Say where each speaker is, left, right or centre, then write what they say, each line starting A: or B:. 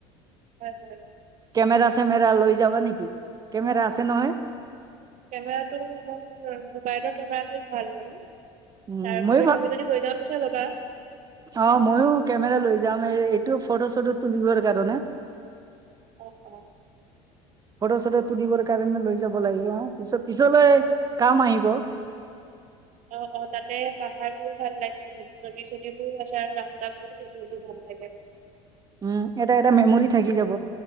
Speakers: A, on the right; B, on the right.
A: হয় হয়।
B: কেমেৰা। চেমেৰা লৈ যাবা নেকি, কেমেৰা আছে নহয়?
A: কেমেৰাটো মোৰ মোবাইলৰ কেমেৰাটোৱে ভাল হয়।
B: উম,
A: তাৰ উপৰিও
B: ময়ো ভা
A: তুমি যদি কৈ যাব বিচৰা লবা।
B: অ' ময়ো কেমেৰা লৈ যাম এই এইটো ফটো চটো তুলিবৰ কাৰণে।
A: অ' অ'
B: ফটো চটো তুলিবৰ কাৰণে লৈ যাব লাগিব পিছ পিছলৈ
A: অ',
B: কাম আহিব।
A: অ অ তাতে পাহাৰ বোৰো ভাল লাগে নদী চদী বোৰ আছে ৰাস্তাবোৰ <unintelligible> ভাল। লাগে।
B: উম এটা এটা মেমৰি থাকি যাব।